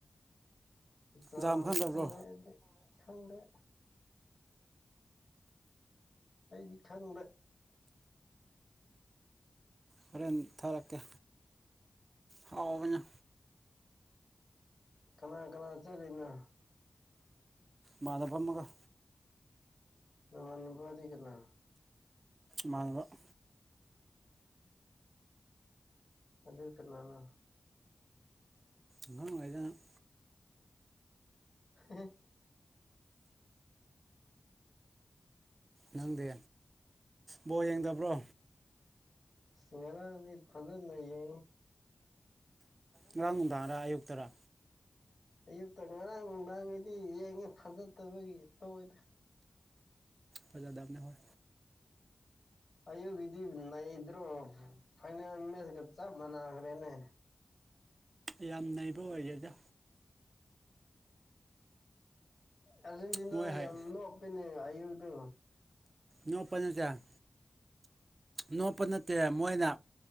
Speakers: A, on the left; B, on the right.
A: ꯌꯥꯝꯝ
B: ꯖꯥꯝ ꯈꯪꯗꯕ꯭ꯔꯣ
A: ꯈꯪꯗꯦꯗꯤ ꯈꯪꯗꯦ ꯑꯩꯗꯤ ꯈꯪꯗ
B: ꯐꯔꯦꯟ ꯊꯔꯔꯀꯦ ꯍꯑꯣ ꯏꯥ
A: ꯀꯅꯥ ꯀꯅꯥ ꯆꯂꯤꯅꯣ
B: ꯃꯥꯗ ꯐꯃꯒ
A: ꯅ ꯃꯅꯕꯗꯤ ꯀꯅꯥ
B: ꯃꯥꯡꯗ <inaudible>
A: ꯑꯗꯨ ꯀꯅꯥꯅꯣ
B: ꯉꯅꯨꯡꯉꯥꯏꯖꯩꯅ <inaudible>
A: ꯍꯤ ꯍꯤ ꯍꯤ
B: ꯅꯪꯗꯤ ꯕꯣꯜ ꯌꯦꯡꯗꯕ꯭ꯔꯣ
A: ꯉꯔꯥꯡꯗꯤ ꯐꯖꯅ ꯅꯩꯌꯦ
B: ꯉꯔꯥꯡ ꯅꯨꯡꯗꯥꯡꯔꯥ ꯑꯌꯨꯛꯇꯔꯥ
A: ꯑꯌꯨꯛꯇ ꯉꯔꯥꯡ ꯅꯨꯡꯗꯥꯡꯒꯤꯗꯤ ꯌꯦꯡꯉꯦ ꯐꯖꯠꯇꯕꯒꯤ ꯇꯣꯛ ꯌꯦ
B: ꯐꯖꯥꯗꯝꯅꯦ ꯍꯣꯢ
A: ꯑꯌꯨꯛꯒꯤꯗꯤ ꯅꯩꯗ꯭ꯔꯣ ꯐꯥꯏꯅꯦꯜ ꯃꯦꯆꯀ ꯆꯞ ꯃꯥꯟꯅꯈ꯭ꯔꯦꯅꯦ
B: ꯌꯥꯝ ꯅꯩꯕ ꯑꯣꯏꯒꯦꯗ
A: ꯑꯔꯖꯦꯟꯇꯅꯥ
B: ꯃꯣꯏ ꯍꯥꯏ
A: ꯌꯥꯝꯅꯣ ꯑꯣꯄꯅꯦ ꯑꯌꯨꯗ
B: ꯅꯨ ꯄꯅꯦ ꯆꯥꯡ ꯅꯣꯞꯄ ꯅꯠꯇꯦ ꯃꯣꯏꯅ